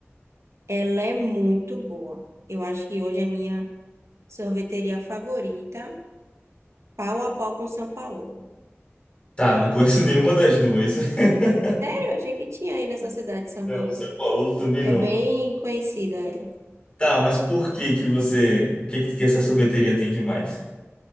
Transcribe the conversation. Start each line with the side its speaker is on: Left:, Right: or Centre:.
Right: Ela é muito boa. Eu acho que hoje é minha sorveteria favorita, pau a pau com São Paulo.
Left: Tá, não conheço <laughs> nenhuma das duas. <laughs>
Right: Sério, eu achei que tinha aí nessa cidade de São
Left: O
Right: Paulo.
Left: São Paulo também
Right: É
Left: não.
Right: bem conhecida ela.
Left: Tá, mas por que que você, o que que essa sorveteria tem de mais?